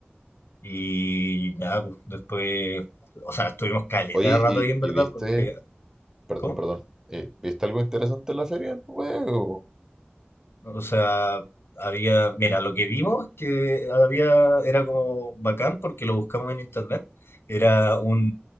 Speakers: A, on the left (about 75°); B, on the right (about 15°).
A: Y ya, pues, después, o sea, estuvimos caleta
B: Oye,
A: de rato
B: ¿y,
A: ahí en
B: y
A: verdad,
B: viste?
A: porque...
B: Perdón,
A: ¿Cómo?
B: perdón. eh, ¿viste algo interesante en la feria? Pues, o-
A: O sea, había, mira, lo que vimos que había era como bacán porque lo buscamos en internet. Era un